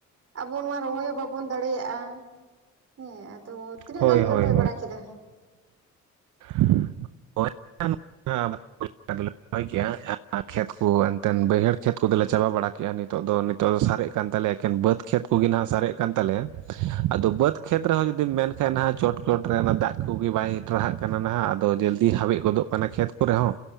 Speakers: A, on the right; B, on the right.
A: ᱟᱵᱚ ᱱᱚᱶᱟ ᱨᱚᱦᱚᱭ ᱦᱚᱸ ᱵᱟᱵᱚᱱ ᱫᱟᱲᱮᱭᱟᱜᱼᱟ, ᱦᱮᱸ ᱟᱫᱚ ᱛᱤᱱᱟᱹᱜ
B: ᱦᱳᱭ
A: ᱜᱟᱱ ᱯᱮ
B: ᱦᱳᱭ
A: ᱨᱚᱦᱚᱭ
B: ᱦᱳᱭ
A: ᱵᱟᱲᱟ ᱠᱮᱫᱟ?
B: <unintelligible> <unintelligible> ᱠᱷᱮᱛ ᱠᱚ ᱮᱱᱛᱮᱫ ᱵᱟᱹᱭᱦᱟᱹᱲ ᱠᱷᱮᱛ ᱠᱚᱫᱚᱞᱮ ᱪᱟᱵᱟ ᱵᱟᱲᱟ ᱠᱮᱜᱼᱟ ᱱᱤᱛᱚᱜ ᱫᱚ ᱫᱚ ᱥᱟᱨᱮᱜ ᱠᱟᱱ ᱛᱟᱞᱮᱭᱟ ᱮᱠᱮᱱ ᱵᱟᱹᱫᱽ ᱠᱷᱮᱛ ᱠᱚᱜᱮ ᱦᱟᱜ ᱥᱟᱨᱮᱡ ᱠᱟᱱ ᱛᱟᱞᱮᱭᱟ ᱟᱫᱚ ᱵᱟᱹᱫᱽ ᱠᱷᱮᱛ ᱨᱮᱦᱚᱸ ᱡᱩᱫᱤᱢ ᱢᱮᱱ ᱠᱷᱟᱱᱡ ᱱᱟᱦ ᱪᱚᱴ ᱪᱚᱴ ᱨᱮ ᱚᱱᱟ ᱫᱟᱜ ᱠᱚᱜᱮ ᱵᱟᱭ ᱴᱨᱟᱦᱟᱜ ᱠᱟᱱᱟ। ᱠᱟᱱᱟ ᱱᱟᱦᱟᱜ ᱟᱫᱚ ᱡᱚᱞᱫᱤ ᱦᱟᱣᱮᱫ ᱜᱚᱫᱚᱜ ᱠᱟᱱᱟ ᱠᱷᱮᱛ ᱠᱚᱨᱮ ᱦᱚᱸ।